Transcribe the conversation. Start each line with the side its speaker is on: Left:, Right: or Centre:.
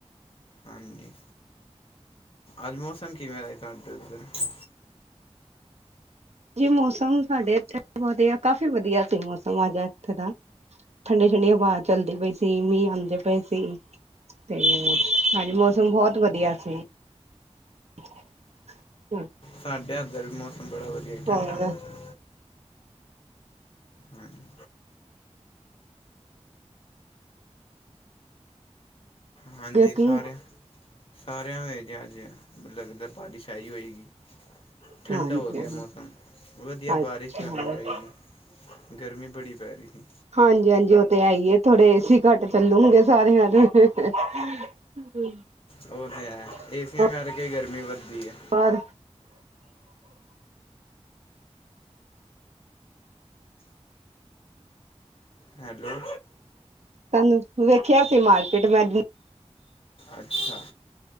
Left: ਹਾਂਜੀ ਅੱਜ ਮੌਸਮ ਕਿਵੇਂ ਦਾ ਹੈ ਤੁਹਾਡੇ ਉਧਰ-
Right: ਜੀ ਮੌਸਮ ਸਾਡੇ ਇਥੇ ਵਧੀਆ ਕਾਫੀ ਵਧੀਆ ਸੀ, ਮੌਸਮ ਅੱਜ ਇੱਥੇ ਦਾ ਠੰਡੀ- ਠੰਡੀ ਹਵਾ ਚੱਲਦੀ ਪਈ ਸੀ, ਮੀਂਹ ਆਂਦੇ ਪਏ ਸੀ। ਤੇ ਹਾਂਜੀ, ਮੌਸਮ ਬਹੁਤ ਵਧੀਆ। ਠੀ <unintelligible>
Left: ਸਾਡੇ ਐਦਰ ਵੀ ਮੋ- ਬੜਾ ਵਧੀਆ ਠੰਡਾ
Right: ਹੋਰ
Left: ਮੌਸਮ ਹਾਂਜੀ- ਹਾਂਜੀ,
Right: ਕਿਉਂਕਿ
Left: ਸਾਰੇ। ਸਾਰਿਆਂ ਦੇ ਜੇ ਅੱਜ ਲੱਗਦਾ ਬਾਰਿਸ਼ ਆਈ ਹੋਏਗੀ। ਠੰਡਾ
Right: ਹਾਂਜੀ-ਹਾਂਜੀ,
Left: ਹੋ ਗਿਆ ਮੌਸਮ ਵਧੀਆ
Right: ਅੱਛਾ-ਅੱਛਾ,
Left: ਬਾਰਿਸ਼ ਵੀ ਆਉਣੀ ਚਾਹੀਦੀ ਗਰਮੀ ਬੜੀ ਪੈ ਰਹੀ ਸੀ
Right: ਹਾਂਜੀ-ਹਾਂਜੀ, ਉਹ ਤੇ ਹੈਈਏ ਥੋੜੇ ਘੱਟ ਚੱਲੂਗੇ ਸਾਰਿਆਂ ਦੇ ਤੇ- ਤੇ
Left: ਉਹ ਤਾਂ ਹੈ
Right: <unintelligible>
Left: ਏਸੀਆਂ ਕਰਕੇ ਗਰਮੀ ਵੱਧਦੀ ਹੈ
Right: ਪਰ,
Left: ਹੈਲੋ,
Right: ਤੁਹਾਨੂੰ, ਵੇਖਿਆ ਸੀ ਮਾਰਕੀਟ ਮੈਂ
Left: ਅੱਛਾ,